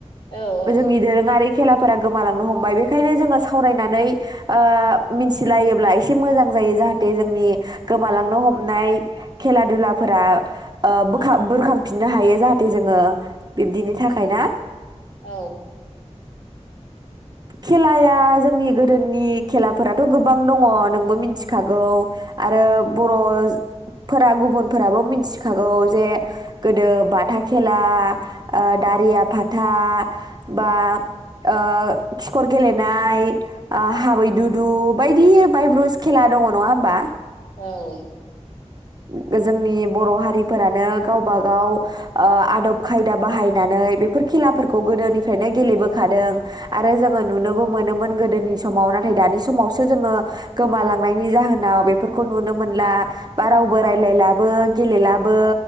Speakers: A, on the left; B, on the right.
A: औ औ
B: जोंनि दोरोङारि खेलाफोरा गोमालांनो हमबाय बेखायनो जोङो सावरायनानै ओ मिथिलायोब्ला एसे मोजां जायो जाहाथे जोंनि गोमालांनो हमनाय खेला दुलाफोरा ओ बो-बुरखां फिननो हायो जाहाथे जोङो। बिब्दिनि थाखाय
A: औ
B: ना
A: औ
B: खेलाया जोंनि गोदोनि खेलाफोराथ गोबां दङ नोंबो मिथिखागौ। आरो बर' फोर गुबुनफोराबो मिथिखागौ जे गोदो बाथा खेला ओ दारिया फाथा बा ओ खिखर गेलेनाय। आ हाबैदुदु बायदि बायब्रुस खेला दङ नङा होनोमबा।
A: औ।
B: गोज जोंनि बर' हारिफोरानो गावबागाव ओ आदब खायदा बाहायनानै बेफोर खेलाफोरखौ गोदोनिफ्रायनो गेलेबोखादों। आरो जोङो नुनोबो मोनोमोन गोद गोदोनि समाव नाथाय दानि समावसो जोङो गोमालांनायनि जाहोनाव बेफोरखौ नुनो मोनला। बा रावबो रायज्लायलाबो। गेलेलाबो।